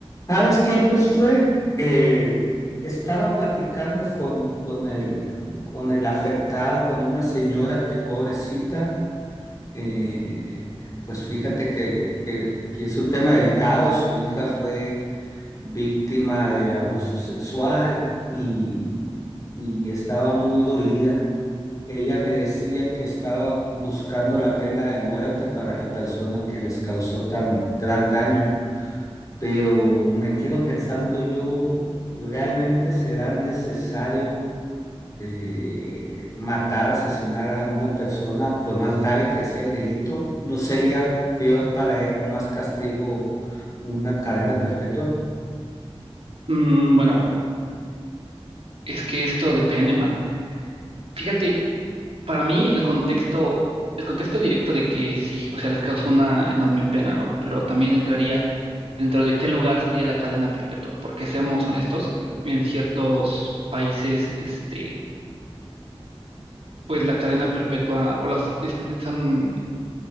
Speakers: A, on the left (about 35°); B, on the right (about 75°).
A: ¿Sabes qué, Josué? Eh, estaba platicando con, con el, con el afectado, con una señora que pobrecita, eh, pues fíjate que, que, que es un tema delicado, su hija fue víctima de abuso sexual y, y estaba muy dolida. Ella me decía que estaba buscando la pena de muerte para la persona que les causó tan gran daño. Pero me quedo pensando yo, ¿realmente será necesario eh, matar, asesinar a una persona, por más grave que sea el delito? ¿No sería peor para él o más castigo una cadena perpetua?
B: Mm, bueno, es que esto depende, Mar. Fíjate, para mí el contexto, el contexto directo de que sí, o sea, les causó una enorme pena, ¿no? Pero también entraría dentro de qué lugar sería la cadena perpetua, porque seamos honestos, en ciertos países, este, pues la cadena perpetua o las están,